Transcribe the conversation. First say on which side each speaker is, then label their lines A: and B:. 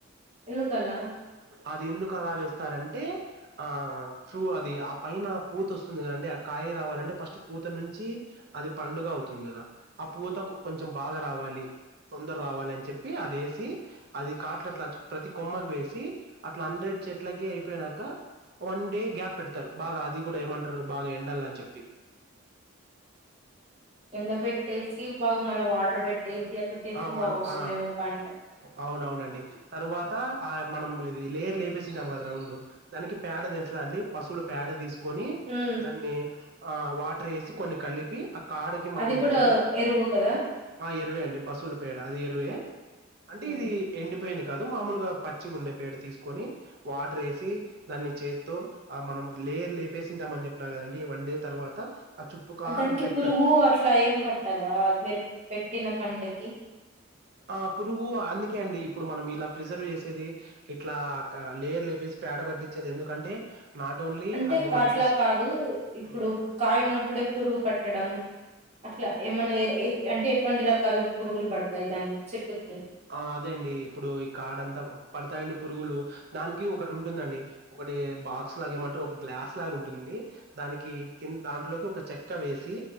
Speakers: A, on the right; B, on the right.
A: ఎందుకలా?
B: అది ఎందుకు అలా వేస్తారన్? ఆ ఫ్రూ, అది ఆ పైన పూత వస్తుంది గాదండి, ఆ కాయ రావాలంటే ఫస్ట్ పూత నుంచి.. అది పండుగ అవుతుంది కదా, ఆ పూతకు కొంచెం బాగా రావాలి. తొందర రావాలని చెప్పి, అదేసి అది కాట్లట్లా ప్రతి కొమ్మకు వేస్. సి. అట్ల హండ్రెడ్ చెట్లకి, అయిపోయినాక. వన్ డే గ్యాప్ పెడతారు. బాగా అది కూడా ఏమంటారు? బాగా ఎండాలని చెప్పి..
A: ఎండబెట్టేసి. సీబాగు, మళ్లీ వాటర్ పెట్టేసి, అట్ల చేస్తే
B: ఆ మళ్ళ
A: బాగొస్తుందేమో
B: ఆ
A: పంట.
B: అవునవునండి. తరువాత ఆ మనం ఇది లేయర్ లేపేసి ఉంటాం కదా, రౌండ్. దానికి పేడ తెల్సా అండి? పశువులు పేడ తీసుకు. కొని,
A: హ్మ్.
B: దాన్ని ఆ వాటర్ ఏసి, కొన్ని కలిపి అ. కాడకి మనం
A: అది
B: ఇక్కడిక్కడే.
A: కూడా ఎరువు కదా
B: ఆ ఎరువే అండి, పశువుల పేడ. అది ఎరువే అంటే,
A: హ్మ్.
B: ఇది ఎండిపోయినది. గాదు, మామలుగా పచ్చి గుండె పేడ తీసుకొని, వాటర్ ఏసి, దాన్ని చేత్తో ఆ మనం. లేయర్ లేపేసింటామని చెప్పిన గాదండి, వన్ డే తర్వాత.. ఆ చుట్టూ కారం
A: దానికి
B: పెడతారు.
A: పురుగు అట్లా ఏం పట్టదా మీరు పెట్టిన పంటకి
B: ఆ పురుగు, అందుకే అండి. ఇప్పుడు మనం ఇలా ప్రిజర్వ్ చేసేది, ఇట్లా క లేయర్ లేపేసి, పేడ పట్టిచేది ఎందుకంటే.. నాట్ ఓన్లీ
A: అంటే
B: అది
A: కాట్లా
B: మనకి స్
A: కాదు, ఇప్పుడు
B: హ్మ్.
A: కాయ ఉన్నప్పుడే పురుగు పట్టడం. అట్లా ఏమన్నా. ఏ ఏర్ అంటే ఎటువంటి రకాల పురుగులు పడతాయి దానికి, చెట్టుకి?
B: ఆ అదే అండి. ఇప్పుడు ఈ కాడ అంతా పడతాయండి పురుగులు. దానికి ఒకటి ఉంటుందడి, ఒక. ఒకటి బాక్స్ లాగ ఏమంటరు, ఒక గ్లాస్ లాగ ఉంటుంది. దానికి కింద్, దాంట్లోకి ఒక చెక్క వేసి.